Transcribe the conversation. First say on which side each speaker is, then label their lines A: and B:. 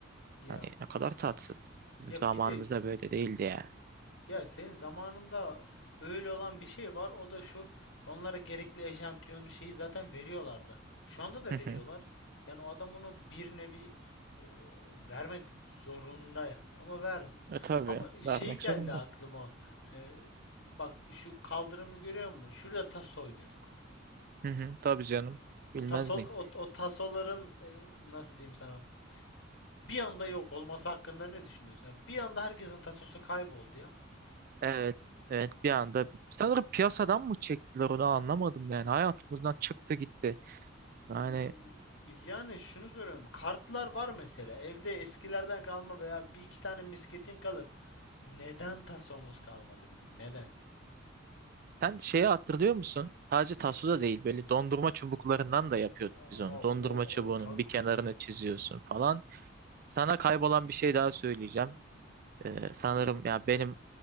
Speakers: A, on the left; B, on the right.
A: Ya
B: Hani ne kadar tatsız. Bizim
A: ya
B: zamanımızda
A: bir de
B: böyle değildi yani.
A: ya senin zamanında öyle olan bir şey var. O da şu. Onlara gerekli eşantiyonu şeyi zaten veriyorlardı. Şu anda da
B: Hı hı.
A: veriyorlar. Yani o adam onu bir nevi e, vermek zorunda yani ama vermiyor.
B: E tabii
A: Ama şey
B: vermek
A: geldi
B: zorunda.
A: aklıma. E, bak şu kaldırımı görüyor musun? Şurada tas oynuyorduk.
B: Hı hı. Tabii canım.
A: O
B: Bilmez
A: tasol
B: miyim?
A: o, o tasoların e, nasıl diyeyim sana? Bir anda yok olması hakkında ne düşünüyorsun? Ya bir anda herkesin tasosu kayboldu ya.
B: Evet, evet bir anda sanırım piyasadan mı çektiler onu anlamadım yani hayatımızdan çıktı gitti. Yani
A: Y- Yani şunu soruyorum. Kartlar var mesela. Evde eskilerden kalma veya bir iki tane misketin kalır. Neden tasomuz kalmadı bizim? Neden?
B: sen şeyi hatırlıyor musun? Sadece taso da değil böyle dondurma çubuklarından da yapıyorduk
A: Aa,
B: biz onu.
A: o
B: Dondurma çubuğunun
A: o tabii
B: bir kenarını
A: canım.
B: çiziyorsun falan. Sana kaybolan bir şey daha söyleyeceğim. Ee, sanırım ya benim